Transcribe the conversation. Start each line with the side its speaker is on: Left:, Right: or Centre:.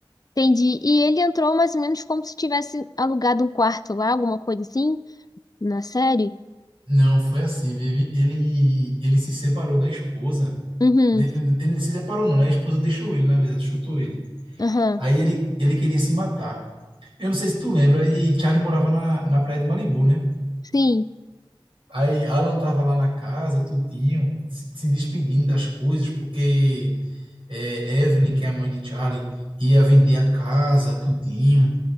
Left: entendi. E ele entrou mais ou menos como se tivesse alugado um quarto lá, alguma coisa assim, na série?
Right: Não, foi assim, Vivi. Ele, ele se separou da esposa.
Left: Uhum,
Right: Ele, ele não se separou, não, né? A esposa deixou ele, na verdade, chutou ele.
Left: aham,
Right: Aí ele, ele queria se matar. Eu não sei se tu lembra, aí Charlie morava na, na praia de Malibu, né?
Left: sim,
Right: Aí Alan tava lá na casa, tudinho, se, se despedindo das coisas, porque é, Evelyn, que é a mãe de Charlie, ia vender a casa, tudinho.